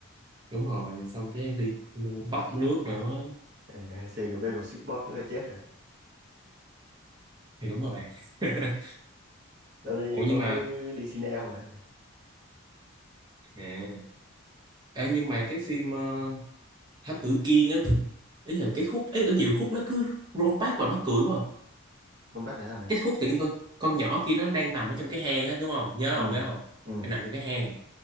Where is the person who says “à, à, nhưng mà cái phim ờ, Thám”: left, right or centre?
Right